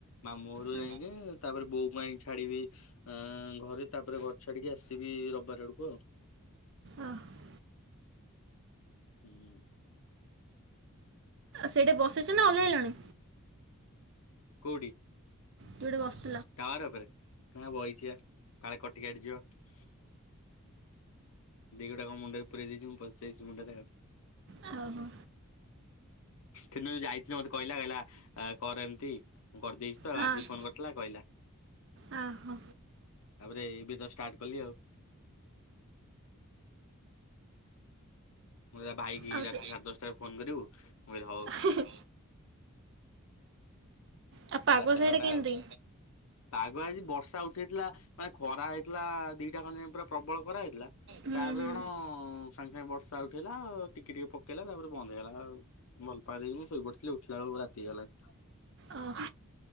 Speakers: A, on the left (about 70°); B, on the right (about 55°).
A: ମାମୁଁ ଘରୁ
B: ଓ
A: ଯାଇଁକି ତାପରେ ବୋଉକୁ ଆଣିକି ଛା ଛାଡିବି ଆଁ ଘରେ ତାପରେ ଘର ଛାଡିକି ଆସିବି ରବିବାରେ ଆଡକୁ ଆଉ।
B: ଆଉ
A: ହୁଁ।
B: ସେଇଠି ବସିଚ ନା ଓଲ୍ହେଇଲଣି?
A: କୋଠି?
B: ଯେଉଠି ବସ
A: ଟାୱାର ଉପରେ ହଁ ବଇଚି ବା କାଳେ କଟିିକିଟି ଯିବ। ଦି ଗୋଡ଼ ଆଙ୍କ ମୁଣ୍ଡରେ ପୁରଇ ଦେଇଛି ମୁଁ ପସଯାଇଚି ମୁଣ୍ଡରେ ଆଉ।
B: ଓହୋ
A: କିନ୍ତୁ ଯାଇଥିଲି ମତେ କହିଲା କହିଲା ଆ କର ଏମିତି। ମୁଁ କରିଦେଇଛି ତ
B: ହଁ।
A: ଆଜି ଫୋନ କରିଥିଲା କହିଲା
B: ଓହୋ
A: ତାପରେ ଏବେ ତ ଷ୍ଟାଟ କଲି ଆଉ। ମୁଁ କ ଭାଇକି
B: ଆଉ
A: ରାତି
B: ସେ
A: ସାଢେ ଦଶଟା ରେ ଫୋନ କରିବୁ ମୁଁ କହିଲି ହଉ।
B: ହୁଁ ଆଉ ପାଗ
A: ଯାତ୍ରା
B: ସିଆଡ଼େ
A: ଗୁଡେ
B: କେମିତି?
A: ଆଉ। ପାଗ ଆଜି ବର୍ଷା ଉଠେଇଥିଲା, ମାନେ ଖରା ହେଇଥିଲା ଦିଟା ଖଣ୍ଡ ଯାଇଁ ପୁରା ପ୍ରବଳ ଖରା ହେଇଥିଲା।
B: ହୁଁ
A: ତାପରେ
B: ହୁଁ।
A: କଣ ସାଙ୍ଗେ ସାଙ୍ଗେ ବର୍ଷା ର୍ଷା ଉଠେଇଲା ଟିକେ ଟିକେ ପକେଇଲା ତାପରେ ବନ୍ଦ ହେଇଗଲା। ଆଉ ଭଲ ପା ଦେଇକି ମୁଁ ଶୋଇ ପଡିଥିଲି ଉଠିଲା ବେଳ ରାତି ହେଇଗଲା। ହଉ।
B: ଓହ